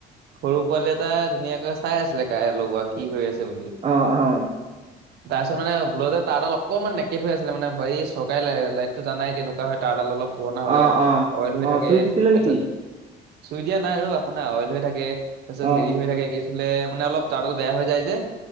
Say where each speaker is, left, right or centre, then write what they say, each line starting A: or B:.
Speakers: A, on the right; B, on the right.
A: সৰু পোৱালি এটা ধুনীয়াকৈ চাই আছিলে কাই লগোৱা কি হৈ আছিল। বুলি,
B: অ', অ',
A: তাৰপিছত মানে- ভুলতে তাৰডাল অকমান নেকেট হৈ আছিলে মানে এই চৰকাৰী লা লাইটটো জানাই কেনেকুৱা হয়। তাঁৰ ডাল অলপ পুৰণা হ'লে
B: অ', অ',
A: অইল হৈ
B: অ',
A: থাকে,
B: চুই দিছিলে
A: তাৰপিছত-
B: নেকি?
A: চুই দিয়া নাই অ আপোনাৰ অইল হৈ থাকে। তাপিছত
B: অ',
A: হেৰি হৈ থাকেগে। ছিলে মানে অলপ তাৰডাল বেয়া হৈ যায় যে।